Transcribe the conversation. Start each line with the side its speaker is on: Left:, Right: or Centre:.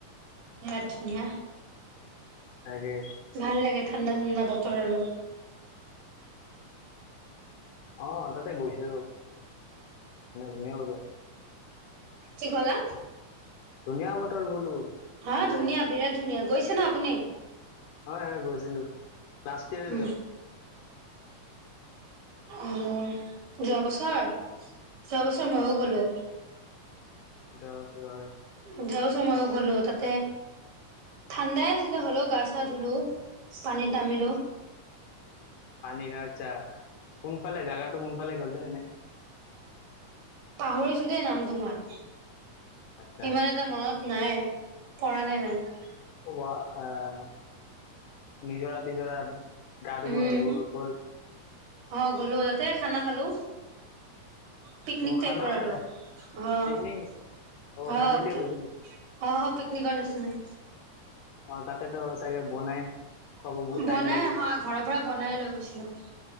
Right: আৰ্জুনিয়া
Left: তে
Right: ভাল লাগে ঠাণ্ডা ঠাণ্ডা বতৰ আৰু
Left: অ ততে গৈছে গুনীয়া বে
Right: কি ক'লা?
Left: ধুনীয়া বতৰ বোলো।
Right: হা
Left: তাতে।
Right: ধুনীয়া বিৰাট ধুনীয়া গৈছে ন' আপুনি?
Left: হয় হয় গৈছিলো, লাষ্ট ইয়াৰে
Right: উম।
Left: যোৱা।
Right: অহ, যোৱা বছৰ? যোৱা বছৰ ময়ো গ'লো।
Left: যোৱা বছৰ, হয়।
Right: যোৱা বছৰ ময়ো গ'লো তাতে ঠাণ্ডাই আছিলে হলেও গা চা ধুলো পানীত নামিলো।
Left: পানীৰ আচ্ছা, কোনফালে জাগাটো কোনফালে গলে এনেই।
Right: পাহৰিছো দেই নামটো মই,
Left: আচ্ছা
Right: সিমান এটা মনত নাই পৰা নাই মানে,
Left: ৱা আহ নিজৰা নিজৰা গা ধুব
Right: উম
Left: গল।
Right: অ গ'লো, তাতে খানা খালো। পিকনিক
Left: অ খানাও
Right: টাইপৰ আৰু
Left: খালে
Right: অ অ।
Left: পিকনিক নেকি অ ফেমিলি
Right: অ
Left: গৈছিল নেকি?
Right: অ পিকনিকৰ নিচিনাই।
Left: অ তাতে চাগে বনাই। খুৱাব বহুত
Right: বনাই
Left: টাইম লাগিছিলে
Right: হয় ঘৰৰ পৰা বনাই লৈ গৈছিলো।